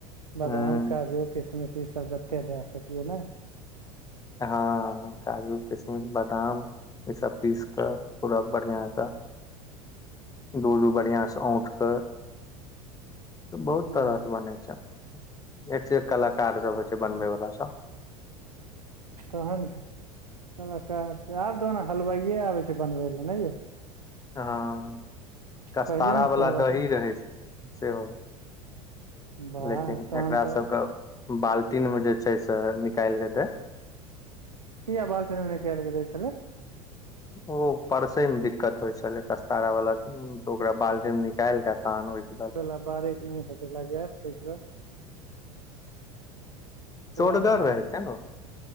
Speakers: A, on the right; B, on the left.
A: बादाम
B: उ
A: काजू किशमिश ई सब जते दै सकिए ने
B: हँ काजू किशमिश बादाम ई सब पीस क पूरा बढ़िया सा दूध उध बढ़ियासँ औठ कऽ बहुत
A: हूं
B: तरहसँ बनेै छै एक से एक कलाकार सब होइ छै बनबै वाला सब
A: तहन कलाकार छै आब तऽ ओ ने हलवाइए आबै छै बनबै लए नहि यौ
B: हँ कस्तारा
A: पहिले ने
B: वला
A: सब अपन
B: दही रहै सेहो
A: वाह
B: लेकिन
A: तहन
B: एकरा
A: तऽ
B: सबके बाल्टीन मे जे छै से निकालि दैय
A: किया बाल्टीन मे निकाल के दै छलै
B: ओ परसै मे दिक्कत होइ छलै कस्तारा वाला तऽ ओकरा बाल्टी मे निकालि कऽ तहन ओहि
A: ओकरा बारिक नहि हेतै लागै यै तै दुआरे पुराना
B: चोड़गर रहै छै ने